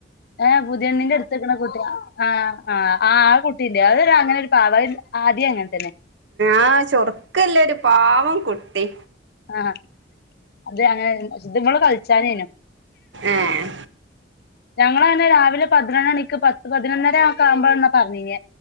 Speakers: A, on the left (about 55°); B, on the right (about 70°).
A: ഹ പുതിയണ്ണിൻന്റെ എടുത്നിക്ക്ണ ആ ആ ആ കുട്ടിന്റെ അത് അങ്ങനെ ഒരു പ ആദ്യം അങ്ങനെ തന്നെ
B: ആ ചുറുക്ക്ളള ഒരു പാവം കുട്ടി.
A: ആഹ അത് അങ്ങനെ ഇവള് കളിച്ചാനെനു.
B: ആഹ്
A: ങ്ങളങ്ങനെ രാവിലെ പതിനൊന്നണിക്ക് പത്ത് പതിനൊന്നര ആ ആവുമ്പോഴന്നാ പറഞ്ഞി നെ